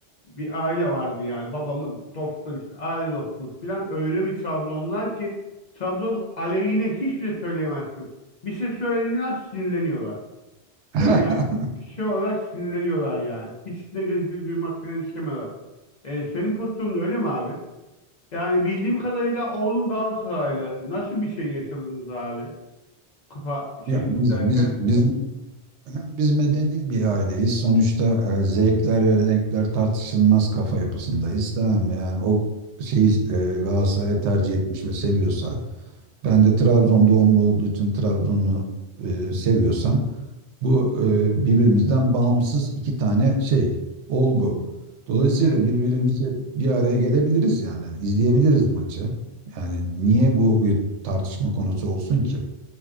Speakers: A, on the left; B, on the right.
A: bir aile vardı yani. Babamın dostları işte aile dostumuz falan. Öyle bir Trabzonlar ki Trabzon aleyhine hiçbir şey söyleyemezsin. Bir şey söylediğin an sinirleniyorlar.
B: <laughs>
A: Böyle ya şey olarak sinirleniyorlar yani. Hiç negatifi duymak falan istemiyorlar. E, senin pozisyonun öyle mi abi? Yani bildiğim kadarıyla oğlun Galatasaraylı. Nasıl bir şey yaşadınız abi? Kupa
B: Ya
A: şeyini
B: biz
A: izlerken.
B: biz biz biz medeni bir aileyiz. Sonuçta e, zevkler ve renkler tartışılmaz kafa yapısındayız. Tamam mı? Yani o şeyi e, Galatasaray tercih etmiş ve seviyorsa Ben de Trabzon doğumlu olduğu için Trabzon'u e, seviyorsam bu e, birbirimizden bağımsız iki tane şey, olgu. Dolayısıyla
A: Evet.
B: birbirimizi bir araya gelebiliriz yani. izleyebiliriz maçı. Yani niye bu bir tartışma konusu olsun ki?